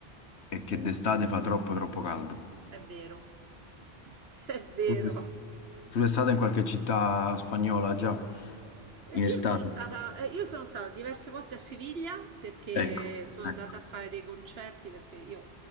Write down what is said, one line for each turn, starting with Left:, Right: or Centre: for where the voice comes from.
Left: è che d'estate fa troppo troppo caldo.
Right: è vero, <laughs> è vero.
Left: Tu d'est- tu sei stata in qualche città spagnola già
Right: Eh,
Left: in estate?
Right: Io sono stata, eh, io sono stata diverse volte a Siviglia perché
Left: Ecco,
Right: sono
Left: ecco,
Right: andata a fare dei concerti perché io